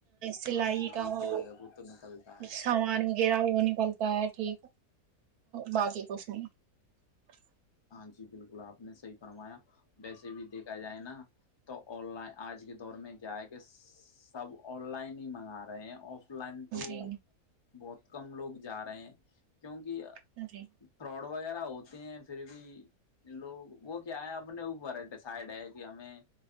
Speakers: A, on the right; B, on the left.
A: سلائی
B: ہاں جی
A: کا
B: وہ
A: ہو
B: تو ہے وہ تو نکلتا ہے
A: سامان وغیرہ وہ نکلتا ہے ٹھیک باقی کھ <inaudible>
B: ہاں جی بالکل آپ نے صحیح فرمایا ویسے بھی دیکھا جائے نا تو آن لائن آج کے دور میں کیا ہے کہ سب آن لائن ہی منگا رہے ہیں آف لائن تو
A: جی
B: بہت کم لوگ جا رہے ہیں کیونکہ
A: سری
B: فراڈ وغیرہ ہوتے ہیں پھر بھی لوگ وہ کیا ہے اپنے اوپر ہے سائڈ ہے کہ ہمیں